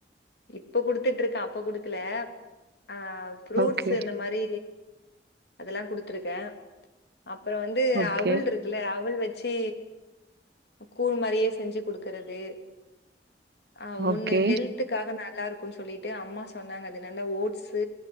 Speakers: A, on the left; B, on the right.
A: இப்ப குடுத் குடுத்துட்டுருக்கு அப்ப குடுக்கல அ ஃப்ரூட்ஸ்
B: ஓகே
A: அந்த மாரி அதெல்லா குடுத்துருக்கே அப்புறோ வந்து
B: ஓகே
A: அவுள் இருக்குல்ல அவுள் வச்சு ச்சு கூழ் மாரியே செஞ்சு குடுக்குறது ஆ
B: ஓகே
A: ஒன்னு ஹெல்த்துக்காக நல்லா இருக்கு கு சொல்லிட்டு அம்மா சொன்னாங்க அதுனல்ல ஓட்ஸு